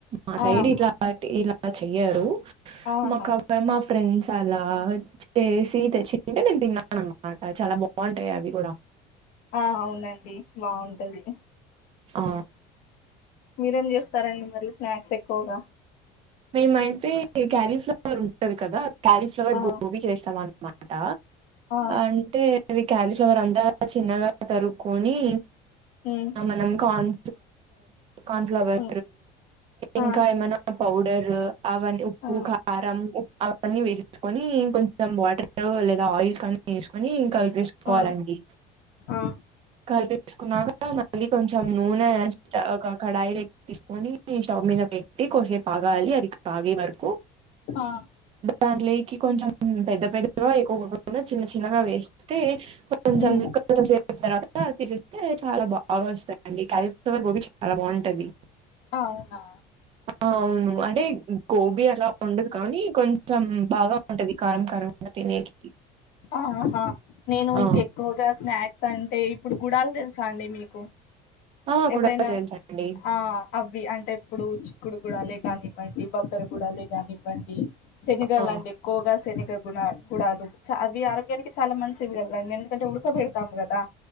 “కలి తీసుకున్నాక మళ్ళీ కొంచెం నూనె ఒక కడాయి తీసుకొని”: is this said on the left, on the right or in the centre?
Right